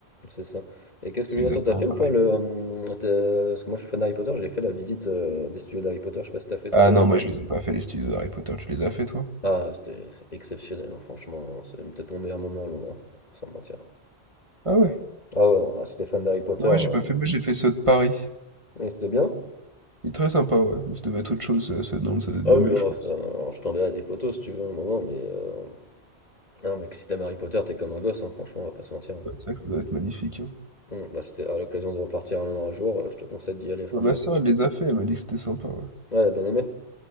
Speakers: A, on the left (about 40°); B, on the right (about 30°).
A: c'est ça. Et qu'est-ce
B: C'est
A: que je veux
B: exactement
A: dire, toi, t'as fait
B: pareil.
A: ou pas le. euh, t'es- euh, Parce que moi, je suis fan d'Harry Potter, j'ai fait la visite euh, des studios d'Harry Potter, je sais pas si t'as fait, toi,
B: Ah
A: d'ailleurs.
B: non, moi, je les ai pas fait, les studios d'Harry Potter, tu les as fait, toi?
A: Ah, c'était exceptionnel, hein, franchement. C'est peut-être mon meilleur moment à Londres, hein, sans mentir.
B: Ah ouais.
A: Ah ouais, ah, si t'es fan d'Harry Potter,
B: Non,
A: euh,
B: ouais, j'ai pas
A: t'es-
B: fait, mais j'ai fait ceux de Paris.
A: et c'était bien?
B: Il est très sympa, ouais. Mais ça devait être autre chose, euh, ceux de Nantes, ça doit être
A: Ah
B: bien
A: oui,
B: mieux,
A: alors,
B: je pense.
A: ça, alors, je t'enverrai des photos si tu veux un moment, mais euh, Non, mais que si t'aimes Harry Potter, t'es comme un gosse, hein, franchement, on va pas se mentir.
B: Ouais, c'est vrai que ça doit être magnifique, hein.
A: Bon, bah, c'était à l'occasion de repartir à Londres un jour, euh, je te conseille d'y aller, franchement.
B: Ouais, ma soeur, elle les a fait, elle m'a dit que c'était sympa, ouais.
A: Ouais, elle a bien aimé.